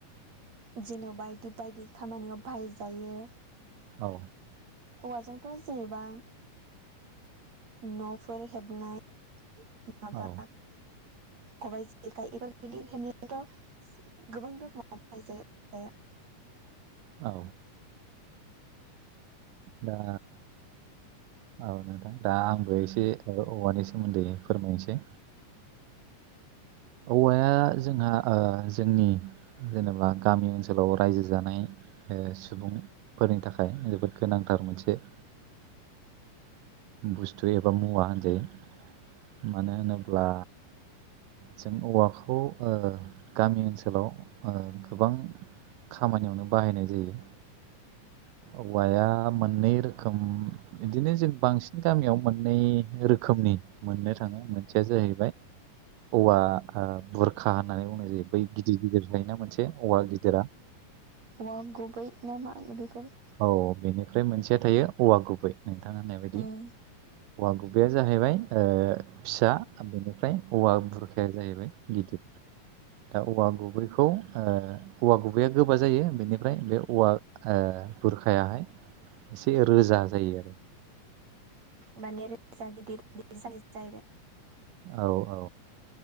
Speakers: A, on the right; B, on the right.
A: जेन बायदि बायदि खामानियाव बाहायजायो
B: औ
A: औवाजोंथ जेनेबा न'फोर हेबनाय माबा
B: औ
A: खबाय जेखाय बेफोरबादि हेबनायखौ गोबां रखोमावाय बाहायजायो औवाया
B: औ दा औ नोंथां दा आंबो एसे औवानि सोमोन्दै फोरमायनोसै औवाया जोंहा ओ जोंनि जेनेबा गामि ओनसोलाव रायजो जानाय ओ सुबुंफोरनि थाखाय जोबोद गोनांथार मोनसे बुस्थु एबा मुवा होनजायो माने होनोब्ला जों औवाखौ गामि ओनसोलाव ओ गोबां खामानियावनो बाहायनाय जायो औवाया मोननै रोखोम बिदिनो जों बांसिन गामियाव मोननै रोखोमनि मोननो थाङो मोनसेया जाहैबाय औवा बुरखा होननानै बुंनाय जायो बै गिदिर गिदिर जायोन मोनसे औवा गिदिरा
A: औवा गुबै ना मा बेफोर
B: औ बेनिफ्राय मोनसेया थायो औवा गुबै नोंथाङा होननाय बायदि
A: उम
B: औवा गुबैया जाहैबाय फिसा बेनिफ्राय औवा बुरखाया जाहैबाय गिदिर दा औवा गुबैखौ औवा गुबैया गोबा जायो बेनिफ्राय बे औवा ओ बुरखायाहाय एसे रोजा जायो आरो
A: माने रोजा गिदिर ज जाहैबाय
B: औ औ